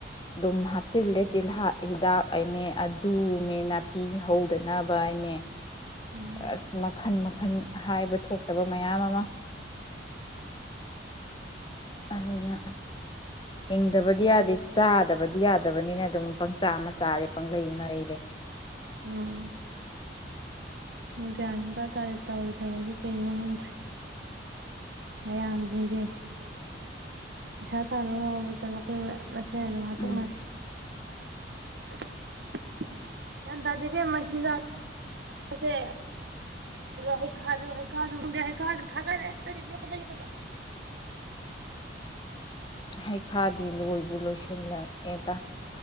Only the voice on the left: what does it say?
ꯑꯗꯨꯝ ꯍꯥꯞꯆꯤꯜꯂꯦ ꯇꯤꯜꯍꯥꯠ ꯍꯤꯗꯥꯛ ꯑꯩꯃꯦ ꯑꯗꯨꯃꯦ ꯅꯥꯄꯤ ꯍꯧꯗꯅꯕ ꯑꯩꯃꯦ
ꯑꯁ ꯃꯈꯟ ꯃꯈꯜ ꯍꯥꯏꯕ ꯊꯣꯛꯇꯕ ꯃꯌꯥꯝ ꯑꯃ ꯑꯗꯨꯅ ꯍꯤꯡꯗꯕꯗꯤ ꯌꯥꯗꯦ ꯆꯥꯗꯕꯗꯤ ꯌꯥꯗꯕꯅꯤꯅ ꯑꯗꯨꯝ ꯄꯪꯆꯥ ꯃꯆꯥꯔꯦ ꯄꯪꯂꯩ ꯃꯔꯩꯔꯦ
ꯎꯝ
ꯍꯩꯈꯥꯗꯤ ꯂꯣꯏꯕꯨ ꯂꯣꯏꯁꯤꯜꯂꯛꯑꯦꯗ